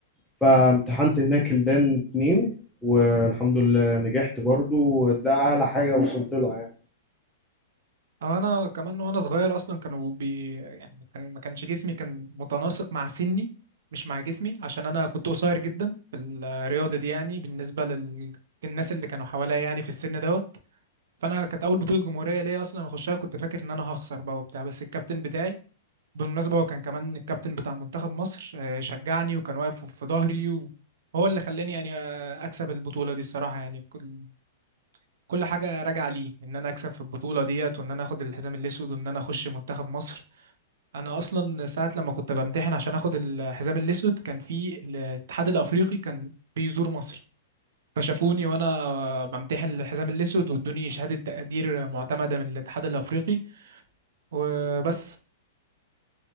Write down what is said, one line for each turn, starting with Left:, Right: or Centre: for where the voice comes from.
Centre: فامتحنت هناك الدان اتنين والحمد لله نجحت برضو وده أعلى حاجة وصلت لها يعني
Right: أه انا كمان وانا صغير اصلا كانوا بي يعني ما كان- ما كانش جسمي كان متناسق مع سني مش مع جسمي عشان انا كنت قصير جدا في الرياضه دي يعني بالنسبه لل الناس اللي كانوا حواليا يعني في السن دوت فانا كانت اول بطوله جمهوريه ليا اصلا اخشها كنت فاكر ان انا هخسر بقى وبتاع بس الكابتن بتاعي بالمناسبة هو كان كمان الكابتن بتاع منتخب مصر آه، شجعني وكان واقف في ظهري وهو اللي خلاني يعني آه، أكسب البطولة دي الصراحة يعني كل كل حاجة راجعة ليه إن أنا أكسب في البطولة ديت وإن أنا آخد الحزام الأسود وإن أنا أخش منتخب مصر أنا أصلا ساعة لما كنت بمتحن عشان آخد الحزام الأسود كان في الاتحاد الأفريقي كان بيزور مصر فشافوني وأنا بمتحن الحزام الأسود وادوني شهادة تقدير معتمدة من الاتحاد الأفريقي وبس